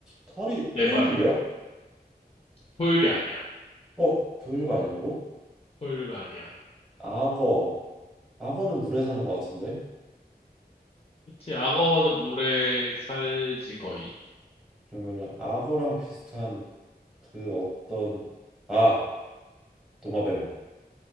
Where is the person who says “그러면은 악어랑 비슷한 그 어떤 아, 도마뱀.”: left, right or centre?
Centre